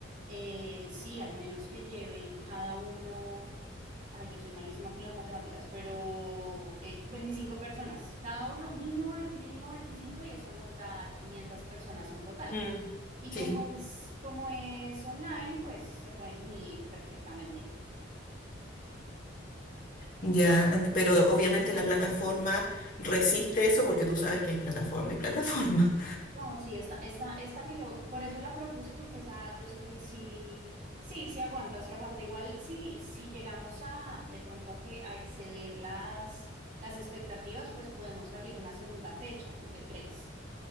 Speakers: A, on the right; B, on the left.
A: eh, sí, al menos que lleven cada uno Ay, yo soy malísima con las matemáticas, pero eh, 25 personas, cada uno mínimo, mínimo 25 y eso nos da 500 personas en total.
B: Mm.
A: Y
B: Sí,
A: como es, como es online, pues se pueden unir perfectamente.
B: ya, ent- pero obviamente la plataforma resiste eso porque tú sabes que hay plataforma y plataforma.
A: No, sí, esta, esta, esta que yo, por eso la propuse, porque esa yo sé que sí, sí, sí aguanta, sí aguanta. Igual sí, si llegamos a de pronto a que a exceder las, las expectativas, pues podemos abrir una segunda fecha. ¿Tú qué crees?